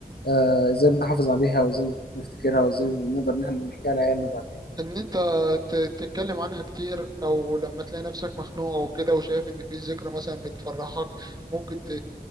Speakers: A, on the left; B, on the right.
A: آه، ازاي نحافظ عليها وازاي نفتكرها وازاي نقدر ان احنا نحكيها لعيالنا بعد كده
B: ان انت ت- تتكلم عنها كتير او لما تلاقي نفسك مخنوق او كده وشايف ان في ذكرى مثلا بتفرحك ممكن ت-